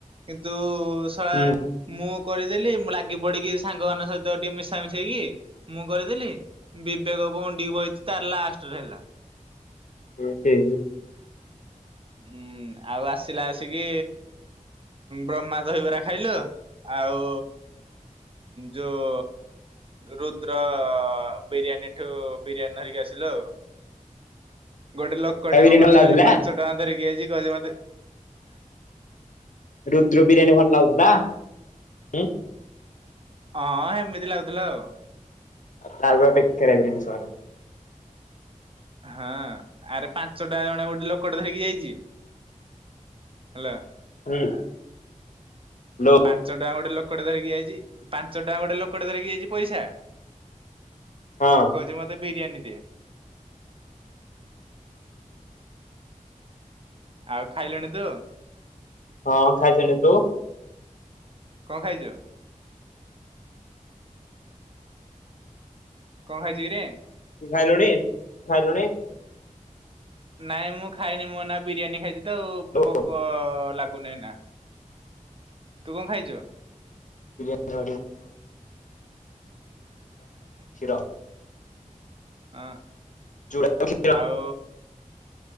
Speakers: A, on the right; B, on the left.
A: କିନ୍ତୁ କୌଶଳା
B: ହୁଁ
A: ମୁଁ କରିଦେଲି ମୁଁ ଲାଗି ପଡି଼କି ସାଙ୍ଗମାନାନଙ୍କ ସହିତ। ତ ଟିକେ ମିଶା ମିଶେଇକି ମୁଁ କରିଦେଲି ବିବେକ ଭଉଣୀ ଟି ବହିଛି ତାର ଲାଷ୍ଟରେ ହେଲା।
B: <unintelligible> <inaudible>
A: ଉଁ ଆଉ ଆସିଲା ଆସିକି। ବ୍ରହ୍ମା ଦହିବରା ଖାଇଲୁ ଆଉ। ଯୋଉ ରୁଦ୍ର ବିରିୟାନୀ ଏଠୁ ବିରିୟାନୀ ଧରିକି ଆସ। ହ୍ୟାଲୋ।
B: <inaudible>
A: ଗୋଟେ ଲୋକଟେ
B: ତା ବିରିୟାନୀ
A: କଣ କରିଛି
B: ଭଲ ଲାଗୁଥିଲା
A: କହିଲେ ପାଞ୍ଚ ଟଙ୍କା ଧରିକି ଆଇଛି କ‌ଉଚି ମତେ।
B: ରୁଦ୍ର ବିରିୟାନୀ ଭଲ ଲାଗୁଛି ନା।
A: ହଁ ହେମିତି ଲାଗୁଥିଲା ଆଉ।
B: ତା ର ପୂରା ବେକାରିଆ ଜିନିଷ।
A: ହଁ ଆରେ ପାଞ୍ଚ ଟା ଜଣ ଗୋଟେ ଲୋକଟ ଧରିକି ଯାଇଛି। ହେଲୋ।
B: ହୁଁ। ଲୋ
A: ପାଞ୍ଚ ଟା ଗୋଟେ ଲୋକଟେ ଧରିକି ଆଇଚି ପାଞ୍ଚ ଟଙ୍କା ଲୋକ ଟେ। ପଇସା
B: ହଁ
A: କ‌ଉଚି ମତେ ବିରିୟାନୀ ଦେ। ଆଉ ଖାଇଲଣି ତୁ।
B: ହଁ ଖାଇସାଇଲିଣି ତୁ।
A: କଣ ଖାଇଛୁ। କଣ ଖାଇଛୁ କି ରେ।
B: ଖାଇଲୁଣି ଖାଇଲୁଣି।
A: ନାଇଁ ମୁଁ ଖାଇନି ମୋ ନା ବିରିୟାନୀ ଖାଇଛି ତ ଆଉ
B: ଲୋ
A: ଭୋକ ଲାଗୁନାଇ ଏନା। ତୁ କଣ ଖାଇଚୁ।
B: ଚୂଡା ଷୀର।
A: ହ
B: ଚୁଡା କ୍ଷୀର
A: ଆଉ।